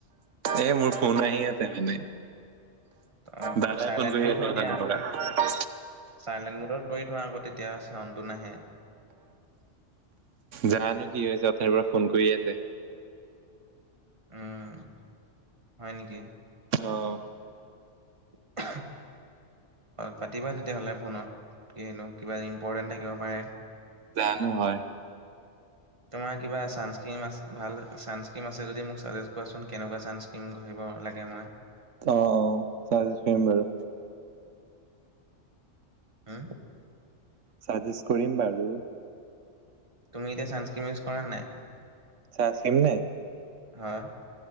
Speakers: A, on the right; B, on the right.
A: এ, মোৰ ফোন আহি আছে মানে।
B: অ
A: দাদাই
B: চাইলেণ্ট
A: ফোন কৰি আছে,
B: থৈ
A: গোকানীৰ
B: দিয়া আকৌ
A: পৰা।
B: চাইলেণ্ট মোডত কৰি থোৱা, আকৌ তেতিয়া চাউণ্ডটো নাহে।
A: জানো কি হৈছে অ, থনি পৰা ফোন কৰি আছে।
B: উম, হয় নেকি।
A: অ,
B: <unintelligible> পাতিবা তেতিয়াহ'লে ফোনত, কিহনো কিবা ইম্পৰ্টেণ্ট থাকিব পাৰে।
A: জানো হয়।
B: তোমৰ কিবা চাঞ্চক্ৰীম আছে ভাল চাঞ্চক্ৰীম, আছে যদি মোক চাজেষ্ট কৰা চোন কেনেকুৱা কিৰিম ঘঢ়িব লাগে মই।
A: অ', অ' চাজ্যেষ্ঠ কৰিম বাৰু।
B: হম,
A: চাজেষ্ট কৰিম বাৰু।
B: তুমি এতিয়া, চাঞ্চক্ৰীম ইউজ কৰা নাই?
A: চাঞ্চক্ৰীম নে?
B: হয়।